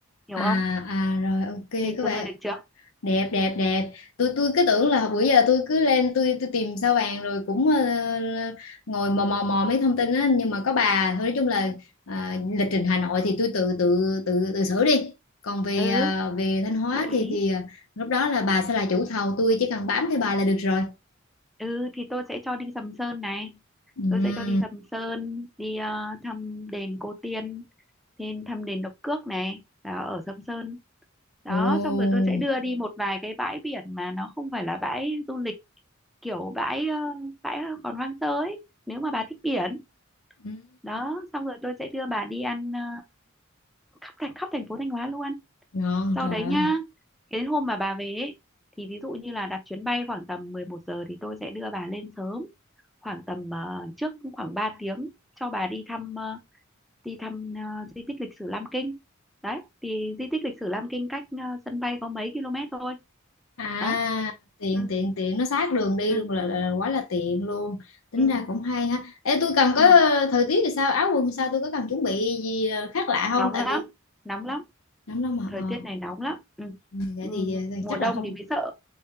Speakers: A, in the centre; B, on the left.
A: hiểu
B: à
A: không
B: à rồi ok
A: hình
B: các
A: dung
B: bạn
A: ra được chưa
B: đẹp đẹp đẹp tôi tôi cứ tưởng là bữa giờ tôi cứ lên tôi tôi tìm sao vàng rồi cũng ờ, ngồi mò mò mò mấy thông tin á nhưng mà có bà thôi nói chung là ờ, lịch trình Hà Nội thì tôi tự tự tự tự xử đi còn về
A: ừ
B: ờ, về Thanh Hóa
A: gợi ý
B: thì thì ờ, lúc đó là bà sẽ là chủ thầu tôi chỉ cần bám theo bà là được rồi
A: ừ thì tôi sẽ cho đi Sầm Sơn này
B: Ừm.
A: tôi sẽ cho đi Sầm Sơn đi ờ, thăm đền Cô Tiên thêm thăm đền Độc Cước này là ở Sầm Sơn đó
B: ồ
A: xong rồi tôi sẽ đưa đi một vài cái bãi biển mà nó không phải là bãi du lịch kiểu bãi ờ, bãi còn hoang sơ ấy nếu mà bà thích biển
B: Ừm.
A: đó xong rồi tôi sẽ đưa bà đi ăn ờ, khắp thành khắp thành phố Thanh Hóa luôn
B: ngon
A: sau
B: trời
A: đấy
B: ơi
A: nhá cái hôm mà bà về ấy, thì ví dụ như là đặt chuyến bay khoảng tầm 11 giờ thì tôi sẽ đưa bà lên sớm khoảng tầm ờ, trước khoảng ba tiếng cho bà đi thăm ờ, đi thăm ờ, di tích lịch sử Lam Kinh đấy thì di tích lịch sử Lam Kinh cách ờ, sân bay có mấy km thôi
B: À
A: đó
B: tiện
A: ừ,
B: tiện tiện nó sát đường đi
A: ừ,
B: luôn là, là quá là tiện luôn tính
A: ừ,
B: ra cũng hay ha ê tôi cần
A: ừ.
B: có thời tiết thì sao áo quần thì sao tôi có cần chuẩn bị gì ờ, khác lạ không
A: nóng
B: tại
A: lắm
B: vì
A: nóng lắm
B: nắng lắm mà
A: thời
B: ờ
A: tiết này nóng lắm ừ.
B: ừ, vậy
A: Ừ.
B: thì, ờ, thì
A: mùa
B: chắc
A: đông
B: là không
A: thì mới sợ